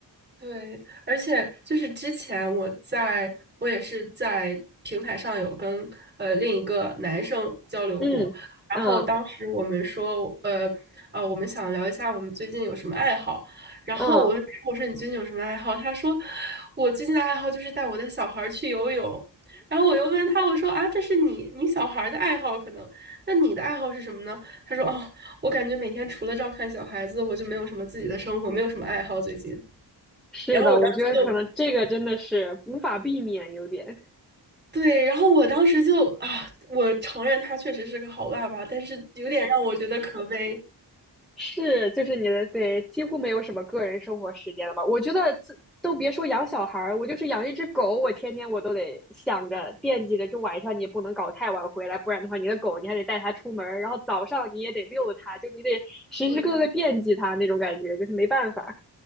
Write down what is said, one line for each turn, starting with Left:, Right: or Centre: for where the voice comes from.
Right: 对，而且就是之前我在，我也是在平台上有跟呃另一个男生交流过，
Centre: 嗯嗯
Right: 然后当时我们说，呃，啊、我们想聊一下我们最近有什么爱好，然后我我说你最近有什么爱好？
Centre: 嗯，
Right: 他说我最近的爱好就是带我的小孩儿去游泳，然后我又问他，我说啊，这是你你小孩儿的爱好可能，那你的爱好是什么呢？他说哦，我感觉每天除了照看小孩子，我就没有什么自己的生活，没有什么爱好最近。
Centre: 是的，
Right: 然后我当时就
Centre: 我觉得可能这个真的是无法避免，有点。
Right: 对，然后我当时就啊，我承认他确实是个好爸爸，但是有点让我觉得可悲
Centre: 是，就是你的，对，几乎没有什么个人生活时间了吧？我觉得自都别说养小孩儿，我就是养一只狗，我天天我都得想着惦记着，就晚上你也不能搞太晚回来，不然的话，你的狗你还得带它出门儿然后早上你也得遛它，就你得时时刻刻惦记它那种感觉，
Right: <laughs>。对呀，
Centre: 就是没办法。